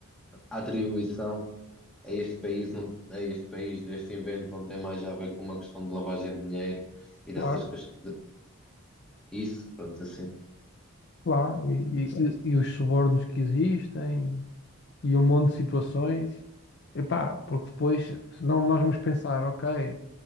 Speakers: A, in the centre; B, on the left (about 50°).
A: a atribuição a este país, não, a este país deste invento não tem mais a ver com uma questão de lavagem de dinheiro e dessas
B: claro,
A: questões. Isso, pronto, assim.
B: claro, e, e- e os subornos que existem, e um monte de situações, epá, porque depois, senão nós vamos pensar, ok.